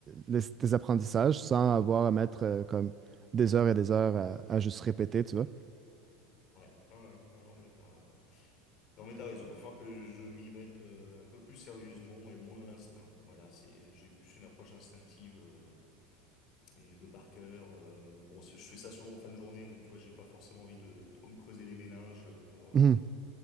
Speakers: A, on the right (about 30°); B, on the left (about 50°).
A: le- tes apprentissages sans avoir à mettre euh, comme des heures et des heures à, à juste répéter, tu vois.
B: Ouais, ouais, ouais. non, non, mais t'as, non, mais t'as raison. Il faut que je m'y mette euh, un peu plus sérieusement et moins à l'instinct. Voilà, c'est, j'ai plus une approche instinctive euh, et de par cœur. euh, bon, c'est- je fais ça souvent en fin de journée, donc tu vois, j'ai pas forcément envie de trop me creuser les méninges pour, euh,
A: Mhm.